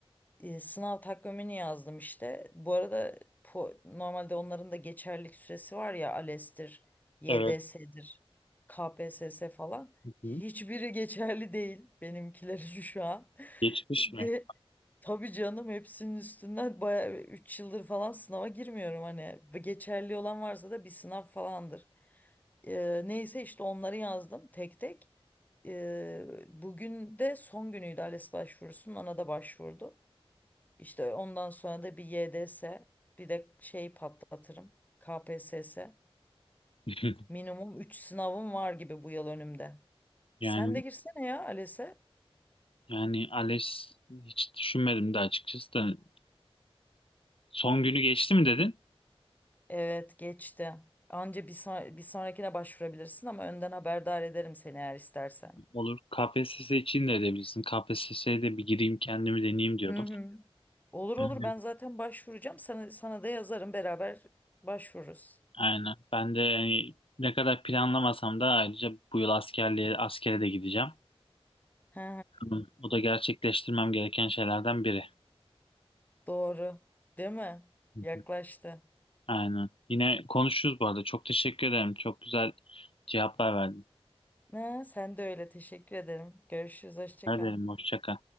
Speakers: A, on the left; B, on the left.
A: e, sınav takvimini yazdım işte. Bu arada po- normalde onların da geçerlilik süresi var ya ALES'tir, YDS'dir,
B: Evet.
A: KPSS falan.
B: Hı
A: Hiçbiri
B: hı.
A: geçerli değil benimkileri <laughs> şu an.
B: Geçmiş
A: Ve
B: mi?
A: tabii canım hepsinin üstünden bayağı 3 yıldır falan sınava girmiyorum hani. Geçerli olan varsa da bir sınav falandır. Ee, neyse işte onları yazdım tek tek. Ee, bugün de son günüydü ALES başvurusunun ona da başvurdum. İşte ondan sonra da bir YDS, bir de şey patlatırım. KPSS.
B: <laughs>
A: Minimum 3 sınavım var gibi bu yıl önümde.
B: Yani
A: Sen de girsene ya ALES'e.
B: yani ALES hiç düşünmedim de açıkçası da son günü geçti mi dedin?
A: Evet geçti. Anca bir, son- bir sonrakine başvurabilirsin ama önden haberdar ederim seni eğer istersen.
B: Olur. KPSS için de edebilirsin. KPSS'ye de bir gireyim kendimi deneyeyim diyordum.
A: Hı hı. Olur olur
B: Hı hı.
A: ben zaten başvuracağım. Sana, sana da yazarım beraber başvururuz.
B: Aynen. Ben de yani ne kadar planlamasam da ayrıca bu yıl askerliğe askere de gideceğim.
A: Hı
B: Hı. O da gerçekleştirmem gereken şeylerden biri.
A: Doğru. Değil mi?
B: Hı
A: Yaklaştı.
B: hı. Aynen. Yine konuşuruz bu arada. Çok teşekkür ederim. Çok güzel cevaplar verdin.
A: Ha, sen de öyle teşekkür ederim. Görüşürüz. Hoşça
B: Ne
A: kal.
B: derim? Hoşça kal.